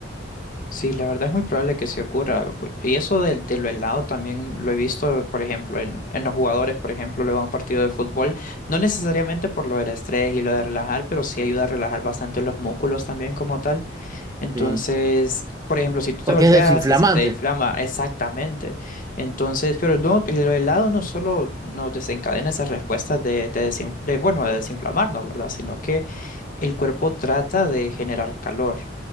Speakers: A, on the left; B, on the right.
A: Sí, la verdad es muy probable que se ocurra. Y eso del, de lo helado también lo he visto, por ejemplo, en, en los jugadores, por ejemplo, luego de un partido de fútbol, no necesariamente por lo del estrés y lo de relajar, pero sí ayuda a relajar bastante los músculos también como tal. Entonces,
B: Sí.
A: por ejemplo, si tú
B: Porque
A: te golpeas
B: es desinflamante,
A: y se te inflama, exactamente. Entonces, pero no, lo helado no solo nos desencadena esas respuestas de, de, desin- de, bueno, de desinflamarnos, ¿verdad? Sino que el cuerpo trata de generar calor.